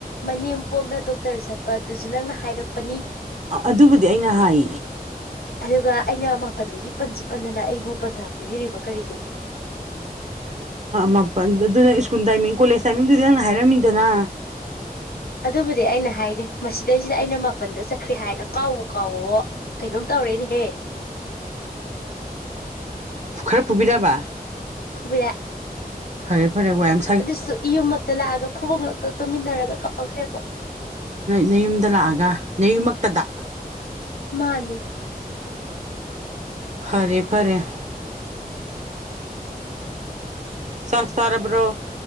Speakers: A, on the left; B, on the right.
A: ꯃꯅꯦꯝ ꯄꯣꯛꯅ ꯗꯣꯛꯇꯔ ꯆꯠꯄ ꯑꯗꯨꯁꯨ ꯅꯪꯅ ꯍꯥꯏꯔꯛꯄꯅꯤ
B: ꯑꯗꯨꯕꯨꯗꯤ ꯑꯩꯅ ꯍꯥꯏ
A: ꯑꯗꯨꯒ ꯑꯩꯅ ꯃꯥꯄꯜꯗꯒꯤ ꯄꯟꯁꯨ ꯄꯟꯗꯅ ꯑꯩꯕꯨ ꯄꯠꯅꯥ ꯄꯤꯕꯤꯔꯤꯕ ꯀꯔꯤꯒꯤꯅꯣ
B: ꯃꯥꯄꯜ ꯑꯗꯨꯅ ꯁ꯭ꯀꯨꯜ ꯇꯥꯏꯃꯤꯡ ꯀꯣꯂꯦꯖ ꯇꯥꯏꯃꯤꯡꯗꯨꯗꯤ ꯅꯪ ꯍꯥꯏꯔꯝꯃꯤꯗꯅ
A: ꯑꯗꯨꯕꯨꯗꯤ ꯑꯩꯅ ꯍꯥꯏꯔꯤ ꯃꯁꯤꯗꯩꯁꯤꯗ ꯑꯩꯅ ꯃꯥꯄꯟꯗ ꯆꯠꯈ꯭ꯔꯦ ꯍꯥꯏꯅ ꯀꯥꯎꯋ ꯀꯥꯎꯋ ꯀꯩꯅꯣꯝ ꯇꯧꯔꯦꯅꯍꯦ
B: ꯈꯔ ꯐꯨꯕꯤꯗꯔꯕ
A: ꯐꯨꯕꯤꯔꯥ
B: ꯐꯔꯦ ꯐꯔꯦ ꯋꯥꯏꯦꯝ
A: ꯑꯗꯨꯁꯨ ꯌꯨꯝꯃꯛꯇ ꯂꯥꯛꯑꯒ ꯐꯨꯕꯣꯛ ꯉꯛꯇ ꯇꯨꯃꯤꯟꯅꯔꯒ ꯀꯥꯎꯊꯔꯛꯄ
B: ꯅꯌꯨꯝꯗ ꯂꯥꯛꯑꯒ ꯅꯌꯨꯝꯃꯛꯇꯗ
A: ꯃꯥꯅꯦ
B: ꯐꯔꯦ ꯐꯔꯦ ꯆꯥꯛ ꯆꯥꯔꯕ꯭ꯔꯣ